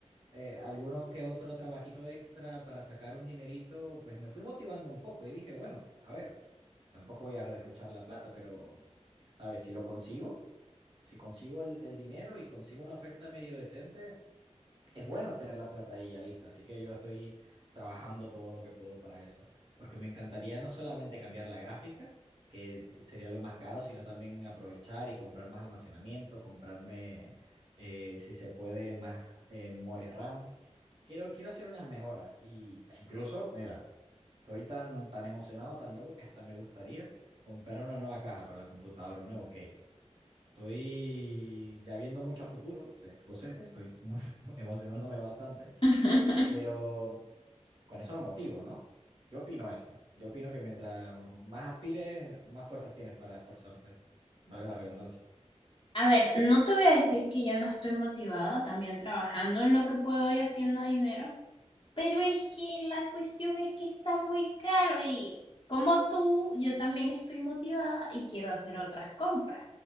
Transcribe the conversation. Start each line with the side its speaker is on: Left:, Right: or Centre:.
Right: eh, alguno que otro trabajito extra para sacar un dinerito, pues me fui motivando un poco y dije, bueno, a ver, tampoco voy a derrochar la plata, pero, ¿sabes? Si lo consigo, si consigo el, el dinero y consigo una oferta medio decente es bueno tener la plata ahí ya lista, así que yo estoy trabajando todo lo que puedo para eso, porque me encantaría no solamente cambiar la gráfica, que sería lo más caro, sino también aprovechar y comprar más almacenamiento, comprarme, eh, si se puede, más eh, memoria RAM. Quiero, quiero hacer unas mejoras y e incluso, mira, estoy tan, tan emocionado, tan loco que hasta me gustaría comprar una nueva caja para la computadora, un nuevo case. Estoy ya viendo mucho a futuro, sí, lo sé, estoy muy- <laughs> emocionándome bastante,
Left: <laughs>
Right: pero con eso me motivo, ¿no? Yo opino eso. Yo opino que mientras más aspires, más fuerzas tienes para esforzarte. Valga la redundancia.
Left: A ver, no te voy a decir que ya no estoy motivada, también trabajando en lo que puedo y haciendo dinero, Pero es que la cuestión es que está muy caro y como tú, yo también estoy motivada y quiero hacer otras compras.